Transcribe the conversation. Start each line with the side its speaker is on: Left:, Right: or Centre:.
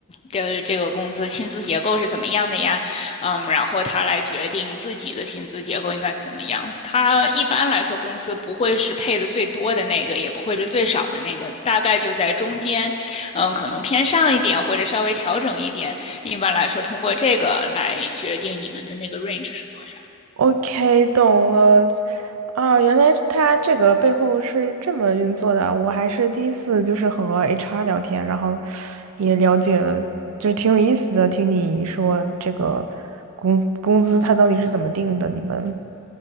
Left: 这这个工资薪资结构是怎么样的呀？嗯，然后他来决定自己的薪资结构应该怎么样。他一般来说，公司不会是配的最多的那个，也不会是最少的那个，大概就在中间，嗯，可能偏上一点或者稍微调整一点。一般来说，通过这个来决定你们的那个 range 是多少。
Right: OK，懂了。啊，原来他这个背后是这么运作的啊我还是第一次就是和 HR 聊天，然后也了解了，就是挺有意思的。听你说这个工工资他到底是怎么定的？你们